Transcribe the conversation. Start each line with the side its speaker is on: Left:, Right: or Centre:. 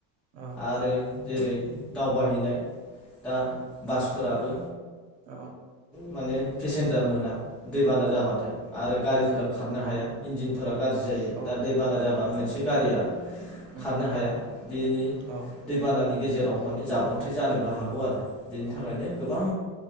Right: औ
Centre: आरो जेरै दावबायाहैनाय दा
Right: उम
Centre: बासफोराबो
Right: औ
Centre: माने पेसेन्जार मोना दैबाना जाबाथाय आरो गारिफोरा
Right: उम
Centre: खारनो हाया इन्जिनफोरा गाज्रि जायो
Right: औ
Centre: दा दैबाना जाबा मोनसे बे गारिया खारनो
Right: उम
Centre: हाया बेनि
Right: औ
Centre: दैबानानि गेजेराव माने जाब्रबथाय जानोबो हागौ आरो बेनि
Right: औ
Centre: थाखायनो गोबां